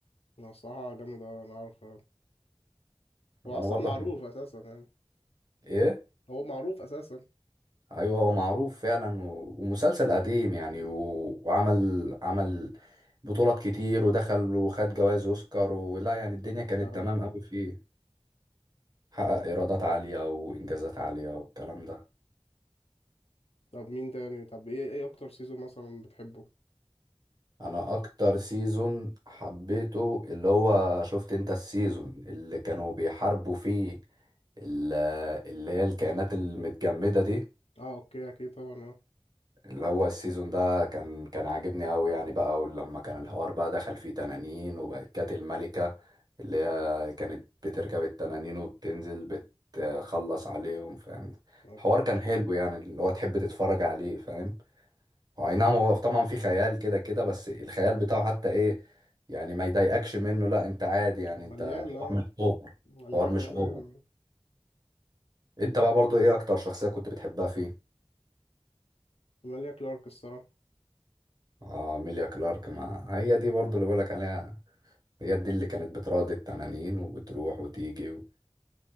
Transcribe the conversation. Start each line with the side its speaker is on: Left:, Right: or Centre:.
Left: هو الصراحة جامد أوي أنا عارف هو
Right: انا
Left: أصلا
Right: برضه
Left: معروف
Right: حب...
Left: أساسا يعني
Right: ايه
Left: هو معروف أساسا
Right: ايوه هو معروف فعلا و... ومسلسل قديم يعني و... وعمل عمل بطولات كتير ودخل وخد جوائز اوسكار ولا يعني الدنيا كانت
Left: اه
Right: تمام قوي فيه حقق ايرادات عاليه وانجازات عاليه والكلام ده
Left: طب مين تاني طب إيه إيه أكتر سيزون مثلا بتحبه؟
Right: انا اكتر سيزون حبيته اللي هو شفت انت السيزون اللي كانوا بيحاربوا فيه ال- اللي هي الكائنات المتجمدة دي
Left: اه أوكي أكيد طبعا اه
Right: اللي هو السيزون ده كان كان عاجبني قوي يعني بقى ولما كان الحوار بقى دخل فيه تنانين وبقت كانت الملكة اللي هي كانت بتركب التنانين وبتنزل بتخلص عليهم فاهم
Left: أوكي
Right: الحوار كان حلو يعني اللي هو تحب تتفرج عليه فاهم هو اي نعم هو طبعا في خيال كده كده بس الخيال بتاعه حتى ايه يعني ما يضايقكش منه لا انت عادي يعني
Left: هو مليان
Right: انت الحوار
Left: اه
Right: مش اوفر
Left: مليان
Right: الحوار مش
Left: خيال
Right: اوفر
Left: علمي
Right: انت بقى برضو ايه اكتر شخصية كنت بتحبها فيه
Left: ماليا كلارك الصراحة
Right: اه ميليا كلارك ما هي دي برضو اللي بقولك عليها هي دي اللي كانت بتراضي التنانين وبتروح وتيجي و...